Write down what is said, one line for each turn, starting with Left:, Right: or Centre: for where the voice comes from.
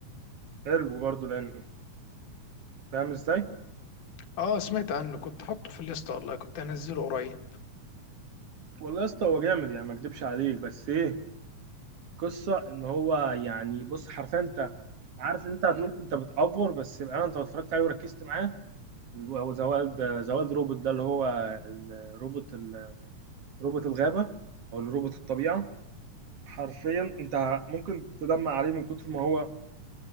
Right: حلو برضه الانمي فاهم ازاي؟
Left: اه سمعت عنه كنت حاطه في الليست والله كنت هنزله قريب
Right: والله يا اسطى هو جامد يعني ما اكدبش عليك بس ايه قصه ان هو يعني بص حرفيا انت عارف ان انت هتقول انت بتأفور بس بقى انت لو اتفرجت عليه وركزت معاه هو ذا وايلد ذا وايلد روبوت ده اللي هو الروبوت روبوت الغابه او الروبوت الطبيعه حرفيا انت ممكن تدمع عليه من كتر ما هو